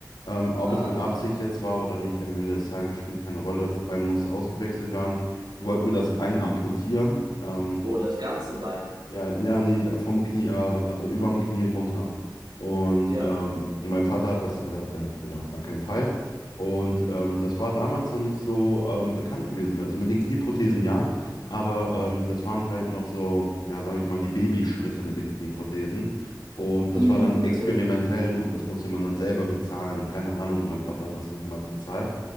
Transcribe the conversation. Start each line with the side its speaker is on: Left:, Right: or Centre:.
Left: Ähm, ob
Right: Ah,
Left: es mit Absicht jetzt war oder nicht, am Ende des Tages spielt keine Rolle. Das Bein musste ausgewechselt werden. Die wollten mir das Bein amputieren. Ähm,
Right: oh, das ganze Bein.
Left: ja, ja, nee, vom Knie, äh, also überm Knie runter. Und
Right: Ja.
Left: ähm, mein Vater hat das, also hat, der hat gesagt, auf gar keinen Fall. Und ähm, das war damals noch nicht so ähm, bekannt gewesen. Also mit den Knieprothesen ja, aber ähm, das waren halt noch so, ja, sag ich mal, die Babyschritte mit den Knieprothesen. Und das
Right: Hm,
Left: war dann
Right: okay.
Left: experimentell und das musste man dann selber bezahlen und keine Ahnung. Und mein Vater hat das dann damals bezahlt.